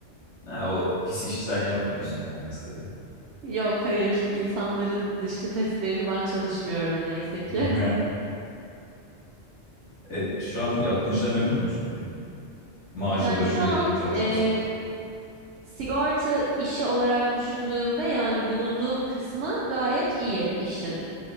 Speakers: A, on the left; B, on the right.
A: Ha, o pis işi sen yapmıyorsun yani kısaca.
B: Yok hayır insanların dışkı testlerini ben çalışmıyorum neyse ki.
A: <laughs>
B: <laughs>
A: E, şu an yaptığın işten memnun musun peki? Maaşıdır
B: Yani şu
A: ne
B: an
A: bileyim çalışmasıdır.
B: eee, sigorta işi olarak düşündüğümde yani bulunduğum kısmı gayet iyi işin.